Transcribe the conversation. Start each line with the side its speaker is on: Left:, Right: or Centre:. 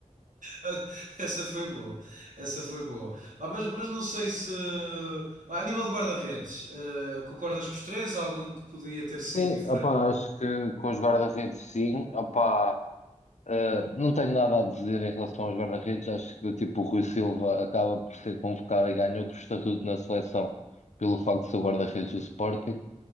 Right: Olha, <laughs> Essa foi boa, essa foi boa. Pá, mas, mas não sei se. pá, a nível de guarda-redes, eh, concordas com os três? Há Algum que podia ter sido
Left: Sim,
Right: diferente?
Left: opá, acho que com os guarda-redes sim. Opá, eh, não tenho nada a dizer em relação aos guarda-redes. Acho que tipo, o Rui Silva acaba por ser convocado e ganha outro estatuto na seleção pelo facto de ser o guarda-redes do Sporting,